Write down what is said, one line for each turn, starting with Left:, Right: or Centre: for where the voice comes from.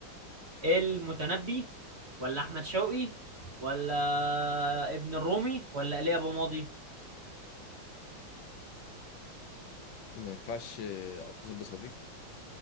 Right: المتنبي ولا احمد شوقي ولا ابن الرومي ولا ايليا ابو ماضي
Left: ما ينفعش اتصل بصديق